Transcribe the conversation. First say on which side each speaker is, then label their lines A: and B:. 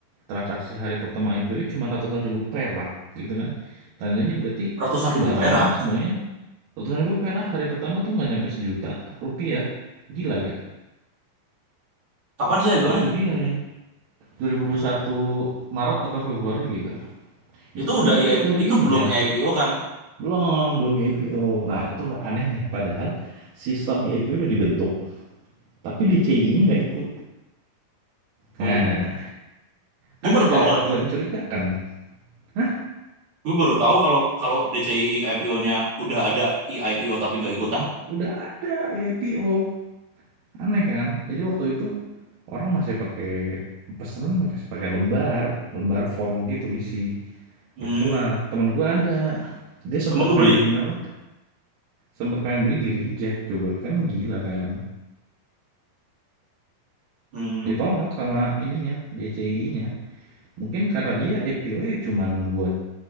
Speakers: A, on the right; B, on the right.
A: Transaksi hari pertama IPO cuma ratusan ribu perak gitu kan. Tandanya berarti
B: ratusan
A: barangnya
B: ribu perak.
A: semuanya Total gue perak hari pertama tuh nggak nyampe sejuta rupiah. Gila gak?
B: Kapan sih IPO-nya?
A: Itu dia yang 2021 Maret apa Februari gitu. Itu
B: Itu
A: kan
B: udah
A: luput
B: I I
A: dari
B: itu
A: ini
B: belum
A: kan.
B: IPO kan?
A: Belum, belum IPO. Nah, itulah anehnya. Padahal sistem IPO udah dibentuk, tapi DCI-nya nggak ikut.
B: Oh,
A: Nah,
B: gue
A: kan
B: baru
A: agak
B: tahu kalau
A: agak
B: itu.
A: mencurigakan. Hah?
B: Gue baru tahu kalau kalau DCI IPO-nya udah ada IPO tapi nggak ikutan.
A: Udah ada IPO. Aneh kan? Jadi waktu itu orang masih pakai pesanan pakai pakai lembar, lembar form gitu isi.
B: Hmm.
A: Itulah, teman gue ada. Dia sempet
B: Emang lu
A: pengen
B: beli?
A: apa? Sempet pengen beli di reject coba. Kan gila kan.
B: Hmm,
A: Ditolak sama ininya, DCI-nya. Mungkin karena dia IPO ya cuman buat